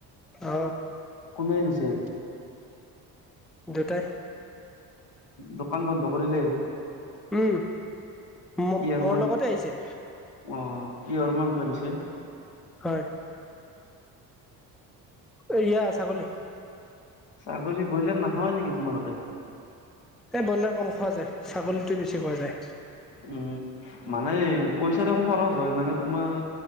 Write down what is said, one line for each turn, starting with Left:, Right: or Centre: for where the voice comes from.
Centre: অ
Left: কোনে আনিছে?
Centre: দেটাই
Left: দোকান বন্ধ কৰিলেই।
Centre: উম। মো
Left: কিহৰ
Centre: মোৰ
Left: মাংস
Centre: লগতে আহিছে।
Left: অ কিহৰ মাংস আনিছে
Centre: হয়। এইয়া ছাগলী
Left: ছাগলী ব্ৰইলাৰ নাখাৱাই নেকি তোমালোকে
Centre: এই ব্ৰইলাৰ কম খোৱা যায়। ছাগলীতোৱে বেছি খোৱা যায়।
Left: উম। মানে পইচা দেখোন খৰচ হয় মানে তোমাৰ